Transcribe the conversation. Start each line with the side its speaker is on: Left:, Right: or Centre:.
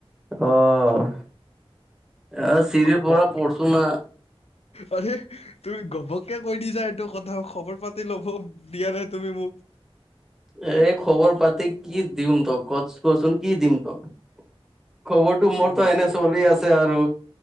Centre: অ' এ চিৰিৰ
Left: ঘপক
Centre: পৰা পৰছো না
Left: আৰে তুমি ঘপককে কৈ দিছা এইটো কথা, খবৰ পাতি লব, দিয়া নাই তুমি মোক
Centre: এই খবৰ পাতি কি দিম তোক, ক কচোন কি দিম তোক? খবৰটো
Left: অ
Centre: মোৰতো এনে চলি আছে আৰু